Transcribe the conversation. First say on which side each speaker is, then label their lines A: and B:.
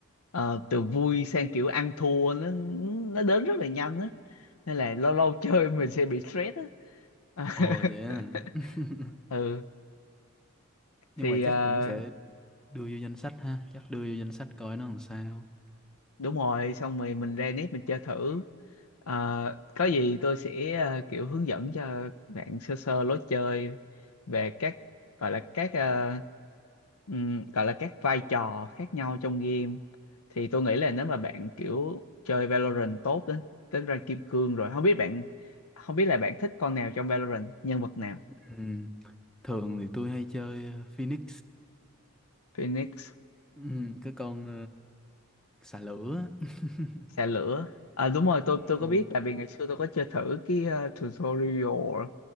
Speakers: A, on the left; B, in the centre.
A: ờ, từ vui sang kiểu ăn thua nó nó đến rất là nhanh á nên là lâu lâu chơi mình sẽ bị stress á <laughs>
B: Ồ vậy à. <laughs>
A: ừ
B: nhưng
A: thì
B: mà chắc
A: ờ,
B: cũng sẽ đưa vô danh sách ha chắc đưa vô danh sách coi nó làm sao
A: đúng rồi xong rồi mình ra nếp mình chơi thử Ờ, có gì tôi sẽ ờ, kiểu hướng dẫn cho bạn sơ sơ lối chơi về các gọi là các ờ, ừm, gọi là các vai trò khác nhau trong game thì tôi nghĩ là nếu mà bạn kiểu chơi Valorant tốt đến đến rank kim cương rồi không biết bạn không biết là bạn thích con nào trong Valorant nhân vật nào
B: ừ. thường thì tôi hay chơi ờ, Phoenix
A: Phoenix
B: ừ. cái con ờ, xà lửa á. <laughs>
A: xe lửa à, đúng rồi tôi
B: ừ.
A: tôi có biết tại vì ngày xưa tôi có chơi thử cái ờ, tutorial